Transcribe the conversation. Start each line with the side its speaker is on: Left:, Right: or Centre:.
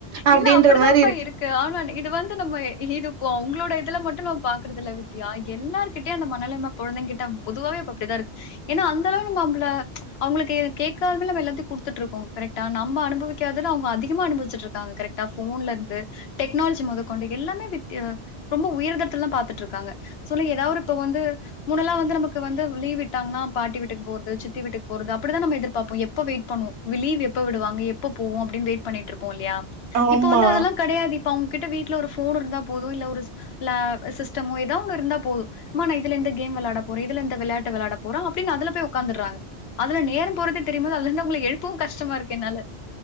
Right: அப்டின்ற
Left: இல்ல அப்டித்தான்ப்பா
Right: மாரி
Left: இருக்கு ஆனா இது வந்து நம்மை இருப்போ உங்களோட இதுல மட்டு நம்ம பாக்குறதுல்ல வித்யா எல்லார்கிட்டயு அந்த மனநலம் கொழந்தைகிட்ட பொதுவா‌வே இப்ப அப்டிதா இருக் ஏன்னா அந்த அளவு நம்ம அம்ப்ள அவுங்களுக்கு கேக்காமலே நம்ப எல்லாத்தையு குடுத்துட்டு இருக்கோ கரெக் ட்டா நமம அனுபவிக்காதெல் லா அவுங்க அதிகமா அனுபவிச்ட் க்காங்க கரெக்டா போன்ல இருந்து டெக்னாலஜி மொதக்கொண்டு எல்லாமே வித் ரொம்ப உயிர்தடத்துலெல்லா பாத்துட்டு இருக்காங்க சொல்லு ஏதாவ்து ஒருத்தங்க வந்து முன்ன எல்லா வந்து நமக்கு வந்து லீவ் விட்டாங்கன்னா பாட்டி வீட்டுக்கு போறது சித்தி வீட்டுக்கு போறது அப்டிதா நம்ம எதிர்பாப்போ எப்ப வெயிட் பண்ணுவோம் லீவ எப்ப விடுவாங்க எப்ப போவோ அப்டின்னு வெய்ட் பண்ணிட்டு இருப்போ இல்லையா
Right: ஆமா
Left: இப்பல்லா அது வந்து அதெல்லா கடையாது இப்ப அவுங்ககிட்ட வீட்டுல ஒரு போனு இருந்தா போது இல்ல ஒரு ல்ல சிஸ்டமோ ஏதான் ஒன்னு இருந்தா போதும் ம்மா நா வந்து இதுல இந்த கேம் வெளாட போறே இதுல இந்த வெளாட்டு வெளாட போறே அப்டின்னு அதுல போய் உட்காந்துர்றாங்க அதுல நேரோ போறதே தெரியு போது அதுலயிருந்து உங்கள எழுப்பவும் கஷ்டமாருக்கு என்னால